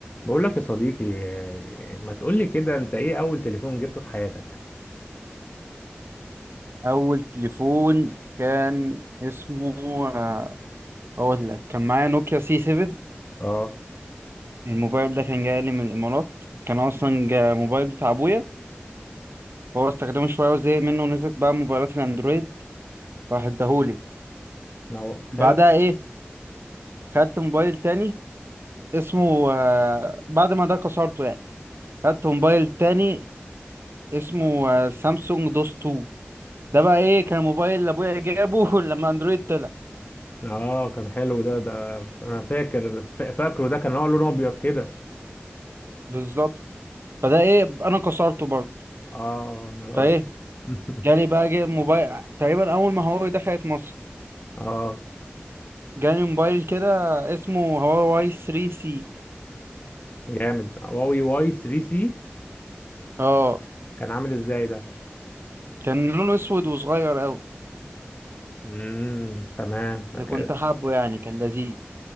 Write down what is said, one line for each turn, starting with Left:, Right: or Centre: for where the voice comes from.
Left: بقول لك يا صديقي آه، ما تقول لي كده انت ايه اول تليفون جبته في حياتك
Right: اول تليفون كان اسمه آه، اقول لك كان معايا نوكيا سي 7
Left: اه
Right: الموبايل ده كان جاي لي من الامارات كان اصلا جا موبايل بتاع ابويا هو استخدمه شويه وزهق منه ونزلت بقى موبايلات الاندرويد راح اداهولي
Left: ما هو حلو
Right: بعدها ايه خدت موبايل تاني اسمه آه، بعد ما ده كسرته يعني خدت موبايل تاني اسمه آه، سامسونج دوس 2 ده بقى ايه كان موبايل اللي ابويا جابه <laughs> لما اندرويد طلع
Left: اه كان حلو ده ده انا فاكر فا- فاكره ده كان هو لونه ابيض كده
Right: بالظبط فده ايه انا كسرته برضه
Left: اه انا
Right: فايه
Left: ابيض <laughs>
Right: جالي بقى جي موبايل تقريبا اول ما هواوي دخلت مصر
Left: اه
Right: جالي موبايل كده اسمه هواوي 3 سي
Left: جامد هواوي واي 3 سي
Right: اه
Left: كان عامل ازاي ده
Right: كان لونه اسود وصغير قوي
Left: امم تمام أوكي.
Right: بس كنت حابه يعني كان لذيذ